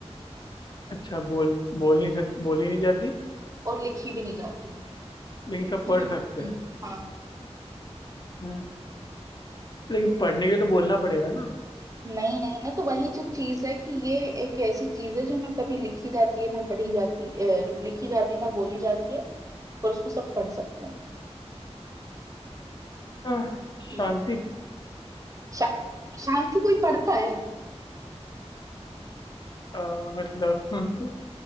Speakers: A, on the left (about 40°); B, on the right (about 30°).
A: अच्छा बोल बोल नहीं सक बोल ही नहीं जाती
B: और लिखी भी नहीं जाती
A: लेकिन
B: <clears throat>
A: सब पढ़ सकते हैं
B: हाँ
A: हाँ, लेकिन पढ़ने के लिए तो बोलना पड़ेगा ना
B: नहीं नहीं ना तो वही जो चीज है कि ये एक ऐसी चीज है जो ना कभी लिखी जाती है ना पढ़ी जाती अ, लिखी जाती है ना बोली जाती है पर उसको सब पढ़ सकते हैं
A: आह, शांति
B: हम्म शा, शांति कोई पढ़ता है
A: अ, मतलब <laughs>